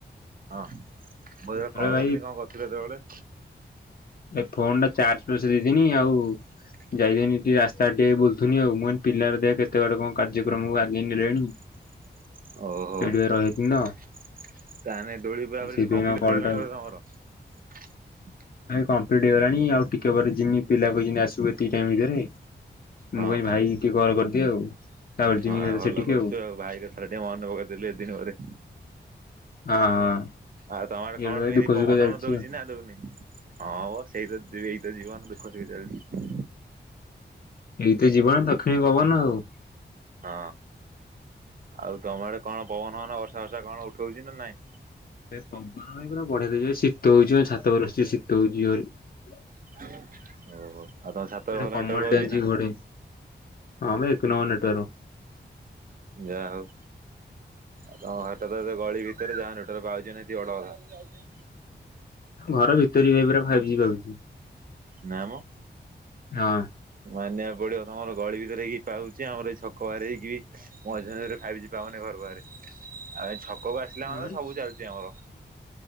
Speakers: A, on the right; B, on the left.
A: ହଁ ମୁଁ
B: ଏଥର
A: ଯେତେବେଳେ କଲ
B: ଭାଇ
A: କରିଥିଲି କଣ କରୁଥିଲ ସେତବଳେ?
B: ଏ ଫୋନଟା ଚାର୍ଜ ବସେଇ ଦେଇଥିନି ଆଉ।
A: <inaudible>
B: ଯାଇଥିନି ଟିକେ ରାସ୍ତା ଆଡେ ଟିକେ ବୁଲୁଥିନି ଆଉ ମୁଁ କହିନି ପିଲା ହରିକା ଦେଖ୍ କେତେ ବାଟ କଣ କାର୍ଯ୍ୟକ୍ରମକୁ ଆଗେଇ ନେଲେଣି।
A: <inaudible> ଓ ହୋ
B: ସେଇଠି ଭାଇ ରହିଯାଇଥିଲି
A: ତାହେନେ
B: ତ
A: ଦୋଳି ପୁରାପୁରି
B: ସେଇଥିପାଇଁ
A: କମ୍ପ୍ଲିଟ
B: କଲ୍
A: ହେଇଗଲାଣି
B: ଟା
A: ବୋଧେ ତମର? <inaudible>
B: ଭାଇ କମ୍ପ୍ଲିଟ୍ ହେଇଗଲାଣି ଆଉ ଟିକେ ପରେ ଜିମି ପିଲା କହିଚନ୍ତି ଆସିବୁ ଏତିକି ଟାଇମରେ ଭିତେରେ।
A: ହଁ
B: ମୁଁ କହିଲି ଭାଇଙ୍କି କଲ୍ କରିଦିଏ ଆଉ। ତାପରେ
A: ହଁ
B: ଯିମି
A: ଭଲ
B: ସେଠିକି
A: କରିଚୁ ଆଉ ଭାଇ କଥାଟା ଟିକେ ମନେ ପକେଇଦେଲୁ ଏତେ ଦିନି ପରେ।
B: ହଁ ହଁ।
A: ଆଉ ତମ ଆଡେ କଣ
B: ଏଇଭଳିଆ
A: କେମିତି
B: ଦୁଃଖ
A: ପବନ
B: ସୁଖ ଚାଲିଛି
A: ଫବନ ଦଉଚି
B: ଆଉ।
A: ନା ଦଉନି? ହଁ ମ ସେଇ ତ ଏଇତ ଜୀବନ ଦୁଃଖ ସୁଖେ ଚାଲିଚି।
B: ଏଇ ତ ଜୀବନ ଦକ୍ଷିଣି ପବନ ଆଉ।
A: ହଁ ଆଉ ତମ ଆଡେ କଣ ପବନ ଫବନ ବର୍ଷା ଫର୍ଷା କଣ ଉଠଉଚି ନା ନାଇଁ?
B: ଏ ପବନ ଏଇ ଗୁରା ବଢିଆ ଦଉଚି ଶୀତ ହଉଚି ବା ଛାତ ଉପରେ ବସଚି ଶୀତ ହଉଚି ଜୋରେ।
A: ଓ ହୋ ଆଉ ତମ ଛାତରେ ଭଲ
B: ଗୋଟେ
A: ନେଟୱାର୍କ
B: କମଳ
A: ପାଉଚି
B: ଟେ ଆଣିଛି
A: ନା?
B: ଘୋଡେଇ ହଁ ବେ ଏକ ନମ୍ବର ନେଟୱାର୍କ।
A: ଯାହା ହଉ। ଆଉ ତମ ଘରଟା ତ ଏତେ ଗଳି ଭିତେରେ ଯାହା ନେଟୱାର୍କ ପାଉଚି ନା ସେତିକି ବଡ କଥା।
B: ଘର ଭିତେରେ ବି ଭାଇ ପୁରା ଫାଇପ୍ ଜି ପାଉଚି।
A: ନା ମ।
B: ହଁ।
A: ମାନିବାକୁ ପଡିବ ତମର ଗଳି ଭିତରେ ହେଇକି ପାଉଚି ଆମର ଏଇ ଛକ ବାହାରି ହେଇକି ମଝି ମଝିରେ ଫାଇଭ୍ ଜି ପାଉନି ଘର ବାହାରେ ଆଉ ଏଇ ଛକକୁ ଆସିଲା
B: ହଁ।
A: ତ ସବୁ ଚାଲୁଚି ଆମର।